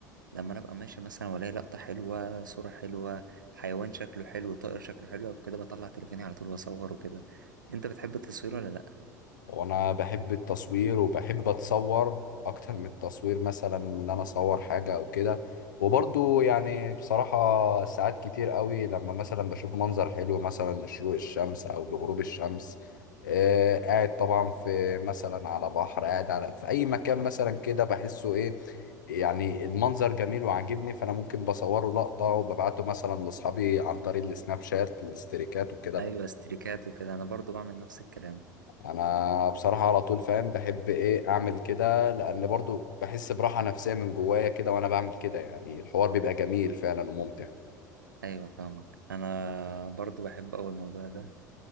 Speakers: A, on the right; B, on the left.
A: لما انا ابقى ماشي مثلا والاقي لقطه حلوه صوره حلوه حيوان شكله حلو طائر شكله حلو وكده بطلع تليفوني على طول واصور وكده انت بتحب التصوير ولا لا
B: وانا بحب التصوير وبحب اتصور اكتر من التصوير مثلا ان انا اصور حاجة او كده وبرضو يعني بصراحة ساعات كتير قوي لما مثلا بشوف منظر حلو مثلا لشروق الشمس او لغروب الشمس آه قاعد طبعا في مثلا على بحر قاعد على في اي مكان مثلا كده بحسه ايه يعني المنظر جميل وعاجبني فانا ممكن بصوره لقطة وببعته مثلا لاصحابي عن طريق السناب شات الاستريكات وكده
A: ايوه استريكات وكده انا برضو بعمل نفس الكلام
B: انا بصراحه على طول فاهم بحب ايه اعمل كده لان برضو بحس براحه نفسيه من جوايا كده وانا بعمل كده يعني الحوار بيبقى جميل فعلا وممتع
A: ايوه فاهمك انا برضو بحب اوي الموضوع ده